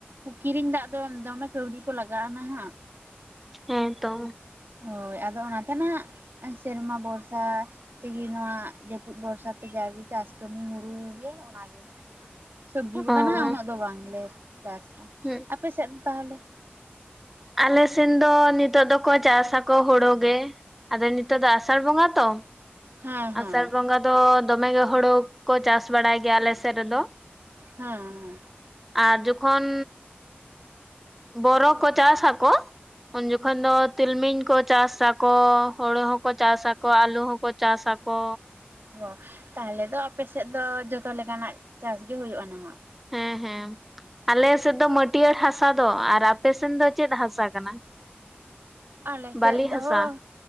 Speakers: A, on the right; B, in the centre.
A: ᱠᱤᱨᱤᱧ ᱫᱟᱜ ᱫᱚ ᱫᱚᱢᱮ ᱠᱟᱹᱣᱰᱤ ᱠᱚ ᱞᱟᱜᱟᱜᱼᱟ ᱱᱟᱦᱟᱜ
B: ᱦᱮᱸ ᱛᱚ
A: ᱦᱳᱭ ᱟᱫᱚ ᱚᱱᱟᱛᱮ ᱱᱟᱜ ᱥᱮᱨᱢᱟ ᱵᱚᱨᱥᱟ ᱛᱮᱜᱮ ᱱᱚᱣᱟ ᱡᱟᱹᱯᱩᱫ ᱵᱷᱚᱨᱥᱟ ᱛᱮ ᱡᱟᱜᱮ ᱪᱟᱥ ᱠᱟᱹᱢᱤ ᱦᱩᱲᱩ ᱜᱮ ᱚᱱᱟᱜᱮ ᱥᱚᱵᱽᱡᱤ ᱠᱚᱫᱚ
B: ᱚ
A: ᱱᱟᱦᱟᱸᱜ ᱩᱱᱟᱹᱜ ᱫᱚ ᱵᱟᱝᱞᱮ ᱪᱟᱥᱮᱫᱼᱟ
B: <unintelligible>
A: ᱟᱯᱮᱥᱮᱫ ᱛᱟᱦᱚᱞᱮ?
B: ᱟᱞᱮᱥᱮᱱ ᱫᱚ ᱱᱤᱛᱚᱜ ᱫᱚᱠᱚ ᱪᱟᱥᱟᱠᱚ ᱦᱩᱲᱳ ᱜᱮ ᱟᱫᱚ ᱱᱤᱛᱚᱜ ᱫᱚ ᱟᱥᱟᱲ ᱵᱚᱸᱜᱟ ᱛᱚ
A: ᱦᱮᱸ ᱦᱮᱸ
B: ᱟᱥᱟᱲ ᱵᱚᱸᱜᱟ ᱫᱚ ᱫᱚᱢᱮ ᱜᱮ ᱦᱳᱲᱳ ᱠᱚ ᱪᱟᱥ ᱵᱟᱲᱟᱭ ᱜᱮᱭᱟ ᱟᱞᱮ ᱥᱮᱫ ᱨᱮᱫᱚ
A: ᱦᱮᱸ <unintelligible>
B: ᱟᱨ ᱡᱚᱠᱷᱚᱱ ᱵᱚᱨᱚ ᱠᱚ ᱪᱟᱥ ᱟᱠᱚ ᱩᱱ ᱡᱚᱠᱷᱚᱱ ᱫᱚ ᱛᱤᱞᱢᱤᱧ ᱠᱚ ᱪᱟᱥᱟᱠᱚ ᱦᱳᱲᱩ ᱦᱚᱸᱠᱚ ᱪᱟᱥᱟᱠᱚ ᱟᱞᱩ ᱦᱚᱸ ᱠᱚ ᱪᱟᱥ ᱟᱠᱚ
A: ᱚ ᱛᱟᱦᱚᱞᱮ ᱫᱚ ᱟᱯᱮ ᱥᱮᱫ ᱫᱚ ᱡᱚᱛᱚ ᱞᱮᱠᱟᱱᱟᱜ ᱪᱟᱥ ᱜᱮ ᱦᱩᱭᱩᱜᱼᱟ ᱱᱟᱦᱟᱜ
B: ᱦᱮᱸ ᱦᱮᱸ ᱟᱞᱮ ᱥᱮᱫ ᱫᱚ ᱢᱟᱹᱴᱤᱭᱟ. ᱲ ᱦᱟᱥᱟ ᱫᱚ ᱟᱨ ᱟᱯᱮᱥᱮᱫ ᱫᱚ ᱪᱮᱫ ᱦᱟᱥᱟ ᱠᱟᱱᱟ? <unintelligible>
A: ᱟᱞᱮᱥᱮᱫ
B: ᱵᱟᱹᱞᱤ ᱦᱟᱥᱟ
A: ᱦᱚᱸ